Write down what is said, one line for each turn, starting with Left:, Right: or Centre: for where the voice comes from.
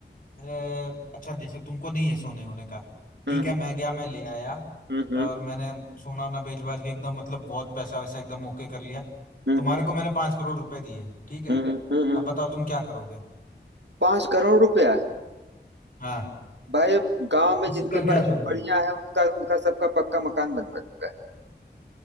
Left: अ, अच्छा जैसे तुमको नहीं है सोने होने का ठीक
Right: हम्म
Left: है मैं गया मैं ले आया
Right: हम्म
Left: और मैंने सोना वोना बेच बाच के एकदम मतलब बहुत पैसा वैसा एकदम ओके कर लिया
Right: हम्म
Left: तुम्हारे को मैंने पांच करोड़ रुपए दिए ठीक है
Right: हम्म हम्म हम्म
Left: अब बताओ तुम क्या करोगे
Right: पांच करोड़ रुपया
Left: हाँ
Right: भाई गांव में
Left: उसका
Right: जिनके पास
Left: क्या करोगे
Right: झोपड़ियां हैं उनका उनका सबका पक्का मकान बनवा दूंगा